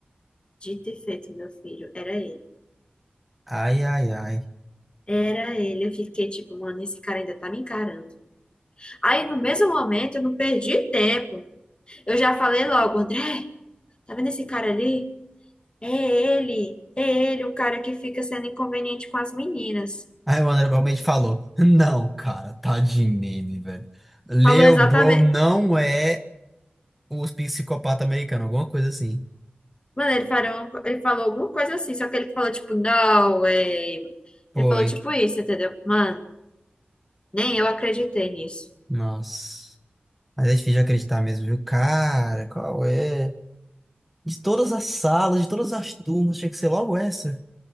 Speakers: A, on the left (about 30°); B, in the centre.
A: Dito e feito, meu filho, era ele.
B: Ai, ai, ai.
A: Era ele. Eu fiquei tipo, mano, esse cara ainda tá me encarando. Aí no mesmo momento eu não perdi tempo. Eu já falei logo, André. Tá vendo esse cara ali? É ele. É ele, o cara que fica sendo inconveniente com as meninas.
B: Aí o André realmente falou: Não, cara, tá de meme, velho. Leo
A: Falou exatamente.
B: Bro não é os psicopata americano, alguma coisa assim.
A: Mano, ele falou, ele falou alguma coisa assim, só que ele falou tipo, não, é.
B: Foi.
A: Ele falou tipo isso, entendeu? Mano, nem eu acreditei nisso.
B: Nossa. Mas é difícil de acreditar mesmo, viu? Cara, qual é? De todas as salas, de todas as turmas, tinha que ser logo essa.